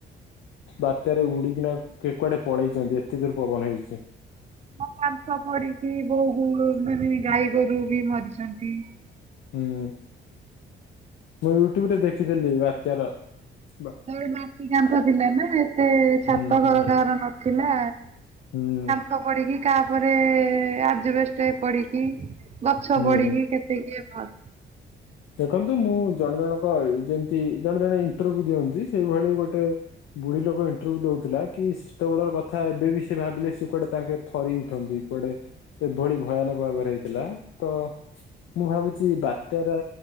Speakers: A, on the left; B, on the right.
A: ବାତ୍ୟାରେ ଉଡିକିନା କିଏ କୁଆଡେ ପଳେଇଛନ୍ତି ଏତେ ଦୂର ପବନ ହେଇଛି।
B: ମୋ କାନ୍ଥ ପଡିକି <unintelligible> ମାନେ ଗାଈ ଗୋରୁ ବି ମରିଛନ୍ତି।
A: ହୁଁ। ମୁଁ ୟୁଟ୍ୟୁବରେ ଦେଖିଥିଲି ବାତ୍ୟାର ବା
B: ତେବେଳେ ମାଟି କାନ୍ଥ ଥିଲା ନା ଏତେ ଛାତ
A: ହୁଁ ହୁଁ
B: ଘର କାହାର ନଥିଲା।
A: ହୁଁ।
B: ଖ ପଡିକି କାହା ଉପରେ ଆଜବେଷ୍ଟ ପଡିକି ଗଛ
A: ହୁଁ।
B: ପଡିକି କେତେ କିଏ ମ।
A: ଦେଖନ୍ତୁ, ମୁଁ ଜଣ ଜଣକ ଯେମିତି ଜଣେ ଜଣେ ଇଣ୍ଟରଭିୟୁ ଦିଅନ୍ତି ସେଇ ଭଳି ଗୋଟେ। ବୁଢୀ ଲୋକ ଇଣ୍ଟରଭି୍ୟୁ ଦଉଥିଲା କି। ସେତେ ବେଳର କଥା ଏବେବି ସେ ଭାବିଲେ ସିଏ କୁଆଡେ ତାଙ୍କେ ଥରି ଉଠନ୍ତି କୁଆଡେ। ଏଭଳି ଭୟାନକ ଭାବରେ ହେଇଥିଲା ତ ମୁଁ ଭାବୁଚି ବାତ୍ୟାଟା।